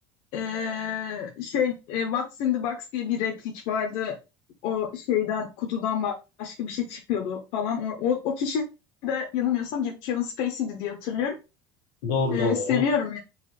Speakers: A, on the left (about 50°); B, on the left (about 85°).
A: e, şey e, What's in the Box diye bir replik vardı. O şeyden kutudan ba- başka bir şey çıkıyordu falan. O, o, o kişi de yanılmıyorsam Kevin Spacey'di diye hatırlıyorum.
B: Doğru
A: E,
B: doğru.
A: seviyorum
B: O